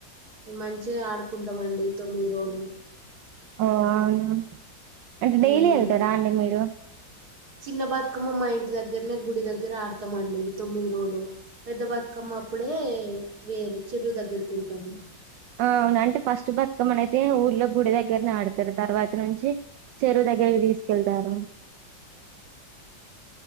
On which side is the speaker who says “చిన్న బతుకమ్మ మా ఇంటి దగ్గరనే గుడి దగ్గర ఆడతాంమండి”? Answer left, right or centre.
Right